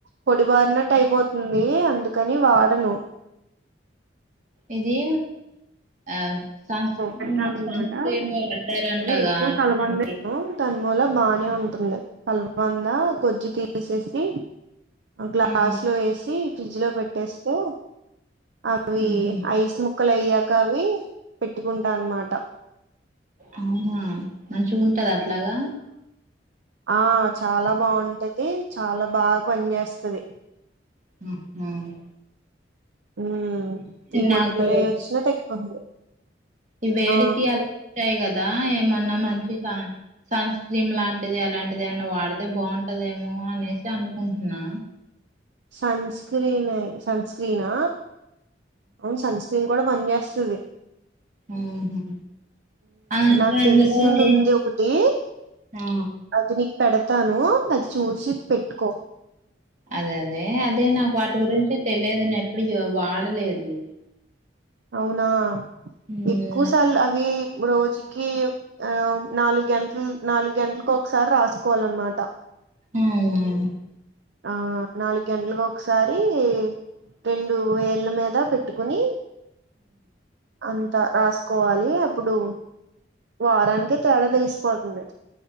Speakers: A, on the right; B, on the right.
A: పొడి బారినట్టు అయిపోతుంది అందుకని వాడను
B: ఇది ఆహ్ సంస్క్రీ
A: పెడతా అన్నమాట
B: సంన్స్క్రీన్ పడతారంటాగా
A: అదే ఎక్కువ
B: అ
A: కలబంద
B: దానికి
A: దాని మూల బాగానే ఉంటుంది కలవందా గోజ్జు తీసేసి గ్లాస్
B: ఆ
A: లో వేసి ఫ్రిడ్జ్ లో పెట్టేస్తే అవి
B: ఉహు
A: ఐస్ ముక్ ముక్కలయ్యాక అవి పెట్టుకుంటా అన్నమాట
B: అవునా మంచిగ ఉంటది అట్లాగా
A: అబ్ చాలా బాగుంటది చాలా బాగా పని చేస్తది
B: ఉ ఉమ్
A: ఉమ్ ఈ మొటుమలు
B: నాకు
A: అయ్య వచ్చినా తగ్గిపోతుంది
B: ఈ వేడికి
A: ఆ
B: అలా ఉంటాయి కదా ఏమన్నా మంచి సన్ స్క్రీన్ లాంటిది అలాంటిది అన్నా వాడితే బాగుంటదేమో అనేసి కున్నా
A: సన్ స్క్రీన్ సన్స్క్రీనా అవును సన్స్క్రీన్ కూడా పని చేస్తది
B: ఊహు ఆ
A: నాకు
B: అందులో
A: తెలిసింది ఉంది
B: ఏ
A: ఒకటి
B: ఆ
A: అది పెడతాను అది చూసి పెట్టుకో
B: అద్ అదే అదే నాకు వాటి గురించి తెలియదు నిన్ ఎప్పుడు వాడలేదు
A: అవునా
B: మ్
A: ఎక్కువసార్లు అవి రోజుకి ఆ నాలుగు గంటలు నాలుగు గంటలలకు ఒకసారి రాసుకోవాలన్నమాట
B: ఉమ్
A: ఆజ్ నాలుగు గంటలుకు ఒకసారి రెండు వేళ్ళ మీద పెట్టుకుని అంత రాసు కోవాలి అప్పుడు వారానికి తేడా తెలిసిపోతుంది